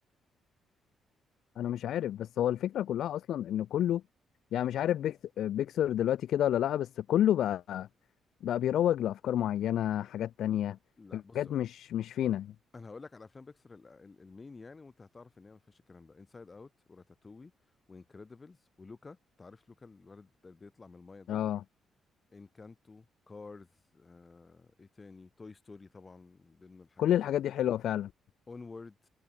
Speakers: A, on the left (about 70°); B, on the left (about 25°).
A: انا مش عارف بس هو الفكره كلها اصلا ان كله يعني مش عارف بيكس... بيكسر دلوقتي كده ولا لا بس كله بقى بقى بيروج لافكار معينه حاجات تانية
B: لا بص
A: حاجات مش مش فينا
B: انا هقول لك على افلام بيكسر ال- ال- المين يعني وانت هتعرف ان هي ما فيهاش الكلام ده انسايد اوت وراتاتوي وانكريدبلز ولوكا انت عارف لوكا الولد بت- اللي بيطلع من المايه ده
A: اه
B: انكانتو كارز آه... ايه تاني توي ستوري طبعا من ضمن الحاجات
A: كل الحاجات دي حلوه فعلا
B: اونورد